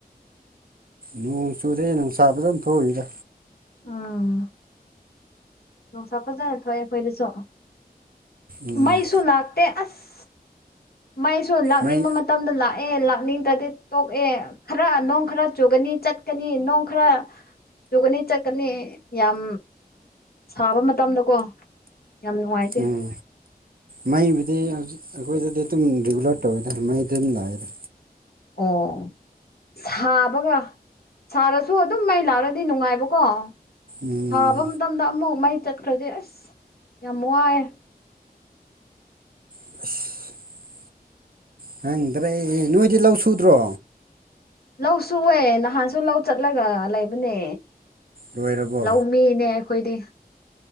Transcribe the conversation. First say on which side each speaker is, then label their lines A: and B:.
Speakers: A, on the right (about 65°); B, on the left (about 70°).
A: ꯅꯣꯡ ꯆꯨꯨꯔꯦ ꯅꯨꯡꯁꯥ ꯐꯖꯟ ꯊꯣꯏꯗ
B: ꯎꯝ ꯅꯨꯡꯁꯥ ꯐꯖꯅ ꯊꯣꯑꯦ ꯑꯩꯈꯣꯏꯗꯁꯨ
A: ꯎꯝ
B: ꯃꯩꯁꯨ ꯂꯥꯛ ꯇꯦ ꯑꯁ ꯃꯩꯁꯨ ꯂꯥꯛꯅꯤꯡꯕ
A: ꯃꯩ
B: ꯃꯇꯝꯗ ꯂꯥꯑꯦ ꯂꯥꯛꯅꯤꯡꯗꯗꯤ ꯇꯣꯛꯑꯦ ꯈꯔ ꯅꯣꯡ ꯈꯔ ꯆꯨꯒꯅꯤ ꯆꯠꯀꯅꯤ ꯅꯣꯡ ꯈꯔ ꯆꯨꯒꯅꯤ ꯆꯠꯀꯅꯤ ꯌꯥꯝ ꯁꯥꯕ ꯃꯇꯝꯗꯀꯣ ꯌꯥꯝ ꯅꯨꯡꯉꯥꯏ
A: ꯎꯝ ꯃꯩꯕꯨꯗꯤ ꯍꯧꯖꯤꯛ ꯑꯈꯣꯏꯗꯗꯤ ꯑꯗꯨꯝ ꯔꯤꯒꯨꯂꯔ ꯇꯧꯋꯦꯗ ꯃꯩꯗꯤ ꯑꯗꯨꯝ ꯂꯥꯑ‌ꯦꯗ
B: ꯑꯣ ꯁꯥꯕꯒ ꯁꯥꯔꯁꯨ ꯑꯗꯨꯝ ꯃꯩ ꯂꯥꯛꯔꯗꯤ ꯅꯨꯡꯉꯥꯏꯕꯀꯣ
A: ꯎꯝ
B: ꯁꯥꯕ ꯃꯇꯝꯗ ꯑꯃꯨꯛ ꯃꯩ ꯆꯠꯈ꯭ꯔꯗꯤ ꯑꯁ ꯌꯥꯝ ꯋꯥꯏꯌ‌ꯦ
A: <unintelligible> ꯈꯪꯗ꯭ꯔ‌ꯦ ꯅꯣꯏꯗꯤ ꯂꯧ ꯁꯨꯗ꯭ꯔꯣ
B: ꯂꯧ ꯁꯨꯋ‌ꯦ ꯅꯍꯥꯟꯁꯨ ꯂꯧ ꯆꯠꯂꯒ ꯂꯩꯕꯅꯦ
A: ꯂꯣꯏꯔꯕꯣ
B: ꯂꯧ ꯃꯤꯅꯦ ꯈ‌ꯣꯏꯗꯤ